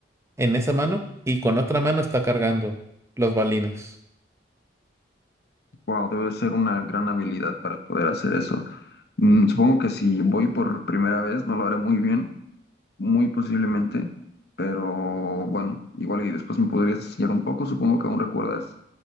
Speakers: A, on the right; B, on the left.
A: en esa mano y con otra mano está cargando los balines.
B: wow, debe ser una gran habilidad para poder hacer eso. Mm, supongo que si voy por primera vez no lo haré muy bien, muy posiblemente, pero bueno, igual y después me podrías enseñar un poco, supongo que aún recuerdas,